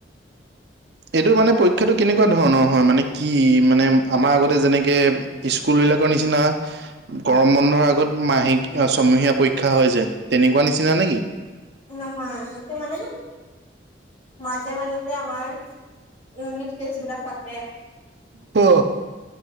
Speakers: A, on the right; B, on the left.
A: এইটো মানে পৰীক্ষাটো কেনেকুৱা ধৰণৰ হয় মানে কি মানে আমাৰ আগতে যেনেকে স্কুল বিলাকৰ নিচিনা গৰম বন্ধৰ আগত মাহে ছমহীয়া পৰীক্ষা হয় যে তেনেকুৱা নিচিনা নে কি?
B: নহয় এইটো মানে মাজে মাজে যে আমাৰ ইউনিট টেষ্ট বিলাক পাতে
A: অ